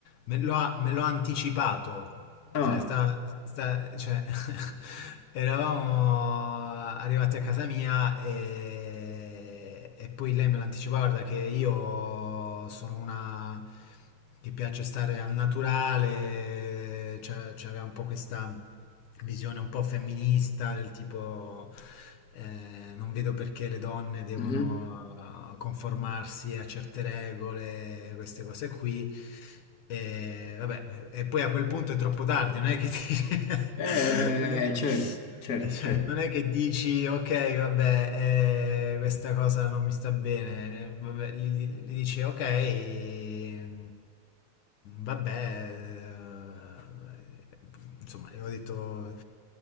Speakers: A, on the left; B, on the left.
A: me lo ha, me lo ha anticipato.
B: Ah,
A: Cioè, sta, sta- cioè, <laughs> eravamo arrivati a casa mia e, e poi lei me l'ha anticipato, guarda che io sono una... che piace stare al naturale, cioè, c'aveva un po' questa visione un po' femminista, del tipo eh, non vedo perché le donne devono
B: mhm.
A: eh, conformarsi a certe regole, queste cose qui. E, vabbè, e poi a quel punto è troppo tardi, non è che ti- <laughs>
B: Eh,
A: non è che,
B: eh, certo, certo,
A: cioè,
B: certo.
A: non è che dici ok, vabbè, eh, questa cosa non mi sta bene, eh, vabbè, gli, gli dici ok, mm, vabbè, eh, eh, insomma, ho detto